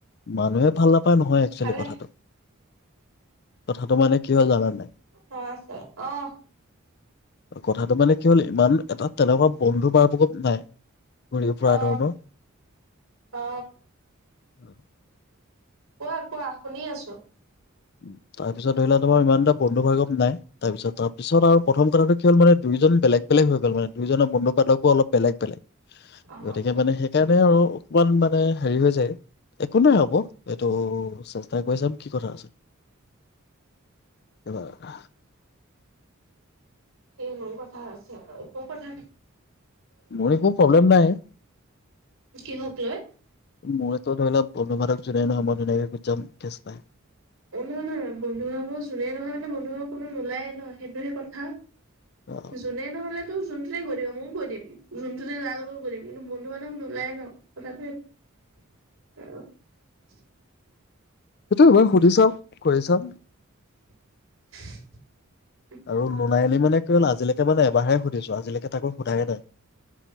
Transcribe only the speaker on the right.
খালে
অ আচে আহ
অ
অ কোৱা কোৱা শুনি আছো
অ
সেই ইমান কথা আছে আৰু ক কথা
কিহক লৈ
অ নহয় নহয় বন্ধু ভাগৰ যোনেই নহয় মানে বন্ধু ত কোনো নোলায়ে ন সেইটোহে কথা
যোনে নহলে ত যোনটোতে গৈ দিব ময়ো গৈ দিম যোনটোতে যাৰু লগত গৈ দিম কিন্তু বন্ধু বান্ধৱ নোলায়ে ন কথাটো সেইটো এ আৰু <unintelligible>
<unintelligible>